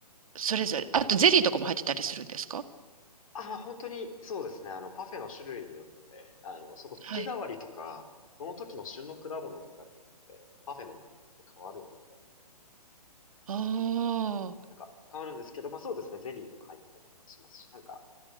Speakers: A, on the right; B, on the left.
A: それぞれ、あとゼリーとかも入ってたりするんですか
B: あ、まあ本当に、そうですね、あの、パフェの種類によって、あの、そこ月替わりとか、
A: はい。
B: その時の旬の果物とかによって、パフェの内容って変わるので、
A: おー、
B: なんか、変わるんですけど、まあそうですね、ゼリーとか入ってたりとかしますし、なんか、